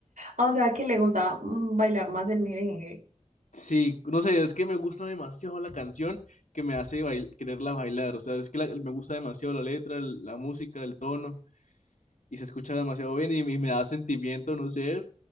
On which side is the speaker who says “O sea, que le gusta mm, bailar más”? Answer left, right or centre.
Right